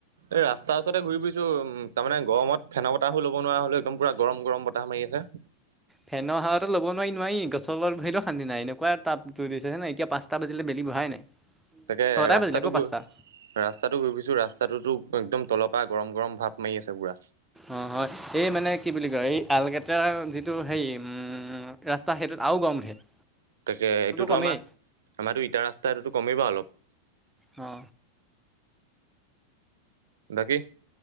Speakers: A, on the right; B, in the centre.
A: এই ৰাস্তাৰ ওচতে ঘূৰি ফুৰিছো তাৰমানে গৰমত ফেন বতাহো ল'বনোৱাৰা হ'লোঁ একদম পূৰা গৰম গৰম বতাহ মাৰি আছে
B: ফেনৰ সাৱাটো ল'ব নোৱাই নোৱাই গছৰ তলত বহিলেও শান্তি নাই এনেকুৱা তাপটো দিছে দেখিছা নাই এতিয়া পাঁচটা বাজিলে বেলি বহাই নাই <unintelligible>
A: তাকে
B: ছটাই
A: ৰাস্তাটো
B: বাজিলে আকৌ
A: গৈ
B: পাঁচটা
A: ৰাস্তাটো ভাবিছোঁ ৰাস্তাটোতো একদম তলৰ পৰা গৰম গৰম ভাপ মাৰি আছে পুৰা।
B: অ' হয় এই মানে কি বুলি কয় এই আলকেটাৰ যিটো হেৰি উম ৰাস্তা সেইটোত আও গৰম উঠে। <inaudible>
A: তাকে এইটোতো
B: কমেই
A: আমা আমাৰতো ইটা ৰাস্তা এইটোটো গ'মেই পাওঁ অলপ।
B: অ
A: বাকী